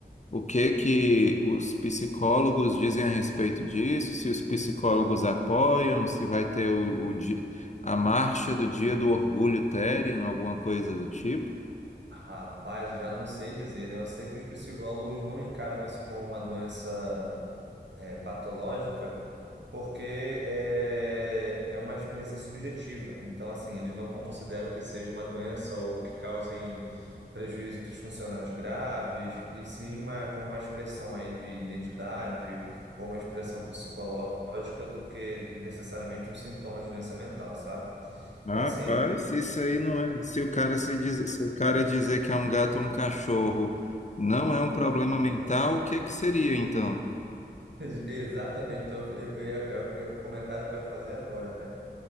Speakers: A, on the left (about 40°); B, on the right (about 75°).
A: O que que os psicólogos dizem a respeito disso? Se os psicólogos apoiam, se vai ter o, o di- a marcha do Dia do Orgulho Therian, alguma coisa do tipo?
B: Rapaz, eu já não sei dizer, né? Eu sei que os psicólogos não encaram isso como uma doença é, patológica, porque é, é uma experiência subjetiva. Então, assim, eles não consideram que seja uma doença ou que causem prejuízos funcionais graves, e sim uma, como uma expressão aí de identidade ou uma expressão psicológica do que necessariamente um sintoma de doença mental, sabe?
A: Rapaz,
B: Então, assim.
A: se isso aí não é. Se o cara se diz, se o cara dizer que é um gato ou um cachorro não é um problema mental, o que que seria então?
B: Ex- Exatamente. Então, eu- eu- é é o que eu- o comentário que eu ia fazer agora, né?